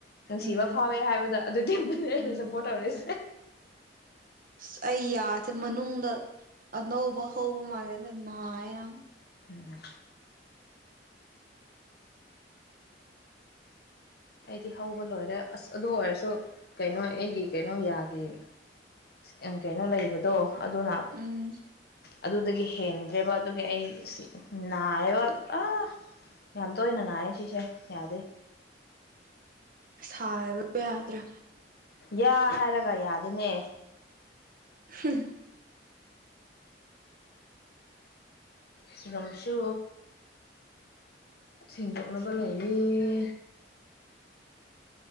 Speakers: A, on the left (about 60°); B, on the right (about 50°).
A: ꯅꯨꯡꯁꯤꯕ
B: ꯎꯝ
A: ꯐꯥꯎꯋꯦ ꯍꯥꯏꯕꯗꯣ ꯑꯗꯨ ꯇꯤꯝꯗꯨꯅꯦ ꯑꯩꯅ
B: ꯎꯝ
A: ꯁꯞꯄꯣꯔꯠ ꯇꯧꯔꯤꯁꯦ
B: ꯁ ꯑꯩ ꯌꯥꯁꯦ ꯃꯅꯨꯡꯗ ꯑꯅꯧꯕ ꯍꯧꯕ ꯃꯥꯜꯂꯦꯗ ꯅꯥꯌꯦ ꯌꯥꯝ
A: ꯎꯝ ꯑꯩꯗꯤ ꯍꯧꯕ ꯂꯣꯏꯔꯦ ꯑꯁ ꯑꯗꯨ ꯑꯣꯏꯔꯁꯨ ꯀꯩꯅꯣ ꯑꯩꯒꯤ ꯀꯩꯅꯣ ꯌꯥꯒꯤ ꯌꯥꯝ ꯀꯩꯅꯣ ꯂꯩꯕꯗꯣ ꯑꯗꯨꯅ
B: ꯎꯝ
A: ꯑꯗꯨꯗꯒꯤ ꯍꯦꯟꯗ꯭ꯔꯦꯕ ꯑꯗꯨꯒꯤ ꯑꯩ ꯑꯁꯤ ꯅꯥꯏꯌꯦꯕ ꯑ ꯌꯥꯝ ꯇꯣꯏꯅ ꯅꯥꯏꯌꯦ ꯁꯤꯁꯦ ꯌꯥꯗꯦ
B: ꯁꯥꯏꯕ ꯌꯥꯗ꯭ꯔꯦ
A: ꯌꯥ ꯍꯥꯏꯔꯒ ꯌꯥꯗꯦꯅꯦ
B: <unintelligible>
A: ꯁꯤꯔꯨꯝꯁꯨ ꯁꯦꯡꯗꯣꯛꯅꯕ ꯂꯩꯌꯦ